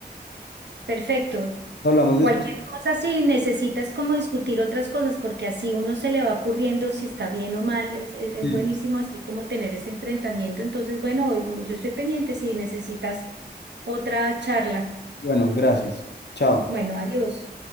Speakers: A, on the right; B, on the left.
A: Perfecto.
B: Hablamos
A: Cualquier
B: después.
A: cosa, si necesitas como discutir otras cosas, porque así uno se le va ocurriendo si está bien o mal, es, es- es
B: Sí.
A: buenísimo así como tener ese enfrentamiento. Entonces, bueno, yo estoy pendiente si necesitas otra charla.
B: Bueno, gracias. Chao.
A: Bueno, adiós.